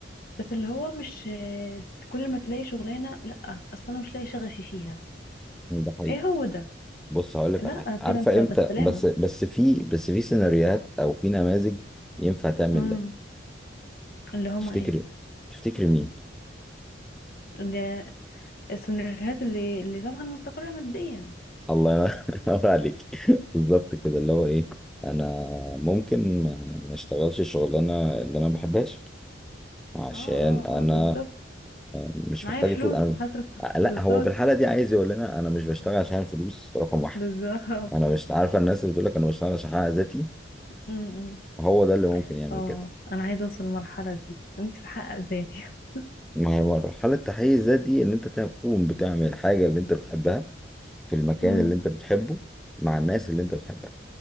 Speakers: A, on the left; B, in the centre.
A: بس اللي هو مش آه، كل ما تلاقي شغلانة لا اصلا انا مش لاقي شغفي فيها
B: ده حقيقي
A: ايه هو ده
B: بص هقول لك
A: لا
B: على حاجة عارفة
A: كده انت بالسلامة
B: إمتى بس بس في بس في سيناريوهات أو في نماذج ينفع تعمل
A: امم
B: ده
A: اللي هما
B: تفتكر
A: ايه
B: تفتكر مين
A: اللي السيناريوهات اللي اللي طبعا مستقرة ماديا
B: الله ينور <laughs> عليك بالظبط كده اللي هو ايه انا ممكن ما اشتغلش الشغلانه اللي انا ما بحبهاش عشان
A: اه اه اه
B: انا
A: بالظبط
B: مش
A: معايا
B: محتاج
A: فلوس
B: فلوس انا
A: هصرف
B: لا
A: بالظبط
B: هو في الحاله دي عايز يقول لنا انا مش بشتغل عشان فلوس رقم واحد
A: بالظبط
B: انا مش عارفه الناس اللي بتقول لك انا بشتغل عشان احقق ذاتي
A: امم
B: هو ده اللي ممكن يعمل
A: اه
B: كده
A: انا عايزه اوصل للمرحله دي نفسي احقق ذاتي <laughs>
B: ما هي مرحله تحقيق الذات دي ان انت تكون بتعمل الحاجه اللي انت بتحبها في المكان
A: امم
B: اللي انت بتحبه مع الناس اللي انت بتحبها